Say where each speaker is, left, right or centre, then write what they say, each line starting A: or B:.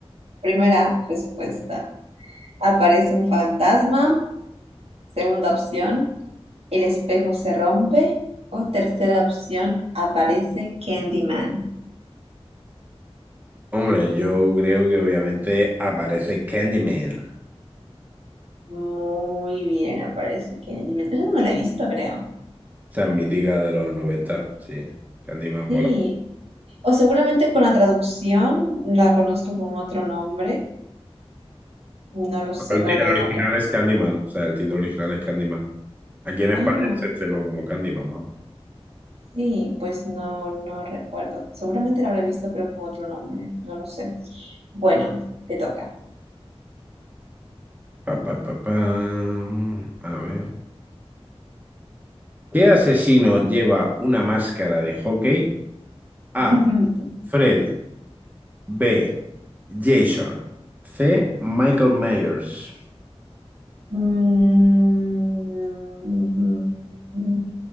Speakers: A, on the right; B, on the right.
A: Primera respuesta. Aparece un fantasma. Segunda opción. El espejo se rompe. O tercera opción. Aparece Candyman.
B: Hombre, yo creo que obviamente aparece Candyman.
A: Muy bien, aparece Kenji. Mientras no la he visto, creo.
B: Esa mítica de los noventa. sí. Candyman mola.
A: Sí. O seguramente con la traducción la conozco con otro nombre. No lo sé.
B: No, El,
A: No,
B: ti- el
A: no,
B: original
A: no.
B: es Candyman, o sea, el título original es Candyman. Aquí en
A: Ah,
B: España se estrenó como Candyman, vamos.
A: sí, pues no, no recuerdo. Seguramente la habré visto, pero con otro nombre. No lo sé. Bueno, te toca.
B: Pa, pa, pa, pam. A ver. ¿Qué asesino lleva una máscara de hockey? A.
A: <laughs>
B: Freddy. B. Jason. C. Michael Myers.
A: Mm,